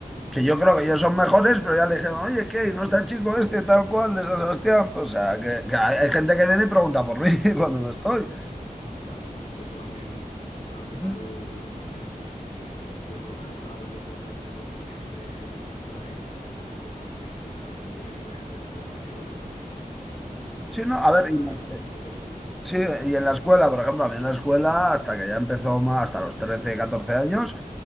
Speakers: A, in the centre; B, on the left (about 50°).
A: que yo creo que ellos son mejores, pero ya le dijeron, oye, ¿qué? ¿No está el chico este tal cual de San Sebastián? O sea, que, que hay hay gente que viene y pregunta por mí <laughs> cuando no estoy.
B: Claro, bueno, es que eso también al final
A: Ujú.
B: es lo que decías, de que si de forma natural te surge este don de gentes, etcétera, y también tratas bien a la gente, a los clientes y a los compañeros, pues al final
A: Sí, no, a
B: las
A: ver,
B: cosas
A: y,
B: caen por su
A: eh,
B: propio peso.
A: sí, y en la escuela, por ejemplo, a mí en la escuela, hasta que ya empezó más, hasta los 13 14 años,